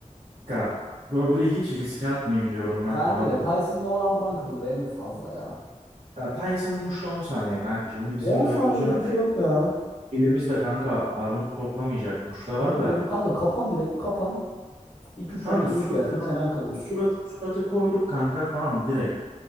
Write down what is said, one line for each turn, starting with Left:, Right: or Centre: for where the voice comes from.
Right: Kanka böbreği hiç riske atmayayım diyorum ben
Left: Bence
Right: tamam
Left: de Tyson'da
Right: mı?
Left: oran buran kırılır en fazla ya.
Right: Ya Tyson Muş'ta 10 saniye kanka. Şimdi bizimle
Left: 10 saniyede
Right: ayıp da söylese.
Left: bir şey yok ya.
Right: Elimizde kanka armut toplamayacak. Muş'ta var
Left: Tabii
Right: da.
Left: canım kanka kapan direkt kapan. iki üç
Right: Kanka
Left: tane yumruk
Right: suratı
Left: yersin
Right: bak
Left: çenen kırılır.
Right: surat, suratı koruduk kanka tamam mı direkt.